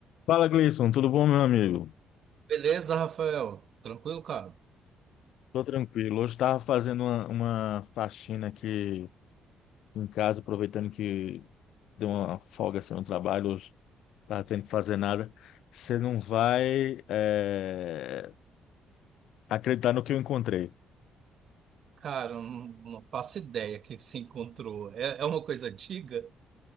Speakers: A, on the left; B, on the right.
A: Fala, Gleison, tudo bom, meu amigo?
B: Beleza, Rafael? Tranquilo, cara?
A: Tô tranquilo. Hoje estava fazendo uma, uma faxina aqui em casa, aproveitando que deu uma folga assim, no trabalho, hoje estava tendo que fazer nada. Você não vai é, acreditar no que eu encontrei.
B: Cara, eu não, não faço ideia o que você encontrou. É, é uma coisa antiga?